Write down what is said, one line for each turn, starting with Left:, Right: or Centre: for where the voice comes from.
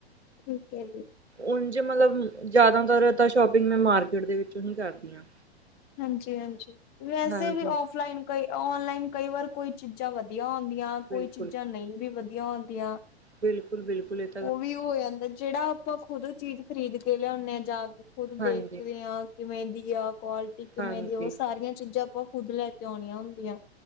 Left: ਠੀਕ ਐ ਜੀ।
Right: ਉਝ ਮਤਲਬ ਜਾਦਾਤਰ ਤਾਂ ਸ਼ੋਪਿੰਗ ਮੈਂ ਮਾਰਕੀਟ ਦੇ ਵਿੱਚੋਂ ਹੀ ਕਰਦੀ ਆਂ।
Left: ਹਾਂਜੀ, ਹਾਂਜੀ ਵੈਸੇ
Right: ਹਾਂਜੀ
Left: ਵੀ ਓਫਲਾਈਨ ਕਈ ਔਨਲਾਈਨ ਕਈ ਵਾਰ ਕੋਈ ਚੀਜ਼ਾਂ ਵਧੀਆ ਆਂਦੀਆਂ
Right: ਬਿਲਕੁਲ,
Left: ਕੋਈ ਚੀਜ਼ਾਂ ਨਹੀਂ ਵੀ ਵਧੀਆ ਹੁੰਦੀਆਂ।
Right: ਬਿਲਕੁੱਲ-ਬਿਲਕੁੱਲ
Left: ਓ ਵੀ ਹੋ ਜਾਂਦੈ ਜੇੜਾ ਆਪਾਂ ਖੁਦ ਚੀਜ਼ ਖਰੀਦ ਕੇ ਲੇਓਣੇ ਆ ਜਾ ਕੇ ਖੁਦ
Right: ਹਾਂਜੀ,
Left: ਦੇਖਦੇ ਆ ਕਿਵੇਂ ਦੀ ਆ ਕੁਆਲਿਟੀ ਕਿਵੇਂ
Right: ਹਾਂਜੀ।
Left: ਦੀ ਓ ਸਾਰੀਆਂ ਚੀਜ਼ਾਂ ਆਪਾਂ ਖੁਦ ਲੈ ਕੇ ਔਣੀਆਂ ਹੁੰਦੀਆ।